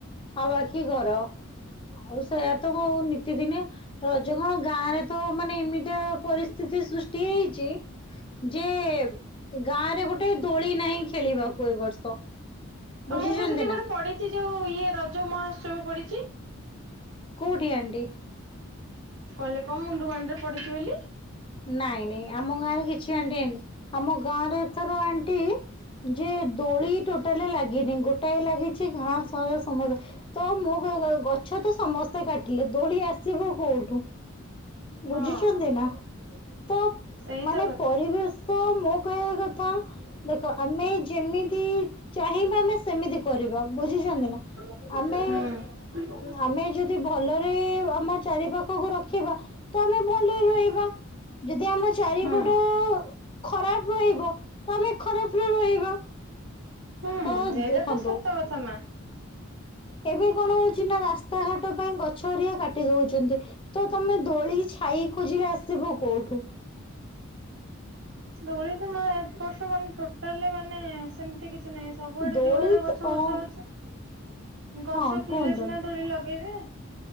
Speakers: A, on the left; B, on the right.
A: ଆଉ ବାକି କି ଘର ଆଉ ସେୟା ତୋ ନିତିଦିନି ରଜ କଣ ଗାଁ ରେ ତ ମାନେ ଏମିତି ପରିସ୍ଥିତି ସୃଷ୍ଟି ହେଇଛି। ଯେ ଗାଁ ରେ ଗୋଟେ ଦୋଳି ନାହିଁ ଖେଳିବାକୁ ଏ ବର୍ଷ ବୁଝୁଛନ୍ତି
B: ତମର ପା ସେଠି
A: ନା
B: ଗୋଟେ ପଡିିଛି ଯୋଉ ଇଏ ରଜ ମହାଷ୍ଟମୀ ପଡି
A: କଡ଼ି ଆଡି
B: କହିଲେ କଣ ମୁଣ୍ଡୁଗଡିରେ ପଡିଛି ବୋଲି
A: ନାଇଁ ନାଇଁ ଆମ ଗାଁରେ କିଛି ଆଣ୍ଟି ଆମ ଗାଁରେ ଏଥର ଆଣ୍ଟି ଯେ ଦୋଳି ଟୋଟାଲି ଲାଗିନି ଗୋଟାଏ ଲାଗିଛି ଗାଁ ସହର ସମସ୍ତ ତ ମୁ? ଗଛ ତ ସମସ୍ତେ କାଟିଲେ ଦୋଳି ଆସ ଯିବୁ କୋଉଠୁ ବୁଝିଛନ୍ତି
B: ହଁ
A: ନା? ତ
B: ସେଇତ
A: ମାନେ
B: କଥା
A: ପରିବେଶ ତ ମୋ କହିବା କଥା ଦେଖ ଆମେ ଯେମିତି ଚାହିଁବା ଆମେ ସେମିତି କରିବା ବୁଝିଛନ୍ତି ନା?
B: ହୁଁ
A: ଆମେ ଆମେ ଯଦି ଭଲରେ ଆମ ଚାରିପାଖକୁ ରଖିବା ତ ଆମେ ଭଲରେ ରହିବା ଯଦି ଆମ ଚାରିପଟ
B: ହୁଁ
A: ଖରାପ ରହିବ ତ ଆମେ ଖରାପରେ ରହିବା
B: ହୁଁ
A: ତ
B: ଏଟ
A: ଦେଖନ୍ତୁ
B: ତ ସତ୍ୟ କଥା ମା
A: ଏବେ କଣ ହଉଛି ନା ରାସ୍ତାଘାଟ ପାଇଁ ଗଛରିଆ କାଟି ଦଉଛନ୍ତି ତ ତମେ ଦୋଳି ଛାଇ ଖୋଜିରେ ଆସିବ କୋଉଠୁ
B: ଦଳି ତ ମା ଏକ ବର୍ଷ ମାନ ତାହେଲେ ମାନେ ସେମିତି କିଛି ନାଇଁ ସବୁଆଡେ
A: ଦୋଳି
B: ଯୋଆଡେ ଗଛ
A: ଅ
B: ଫୁର୍ଛ ଅଛି ଗଛ
A: ହଁ
B: ଥିଲେ
A: କୁହନ୍ତୁ
B: ସିନା ଦୋଡି ଲଗେଇବେ।